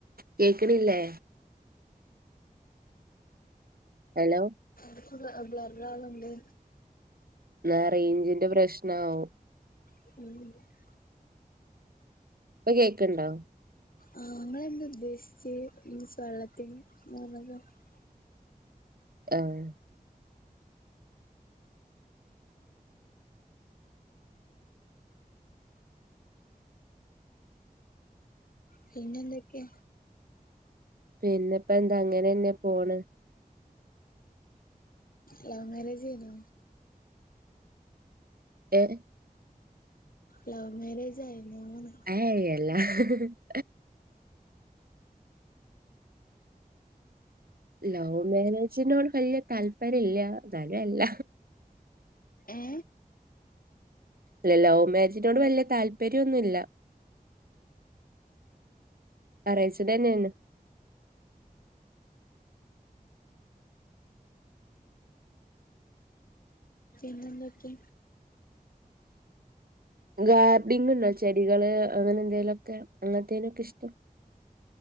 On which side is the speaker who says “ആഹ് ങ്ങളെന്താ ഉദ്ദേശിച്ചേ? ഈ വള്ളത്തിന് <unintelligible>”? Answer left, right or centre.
Left